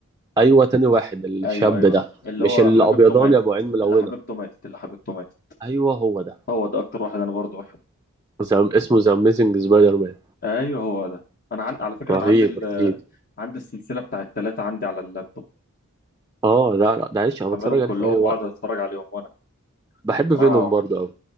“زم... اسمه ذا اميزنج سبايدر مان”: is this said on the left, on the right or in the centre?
Right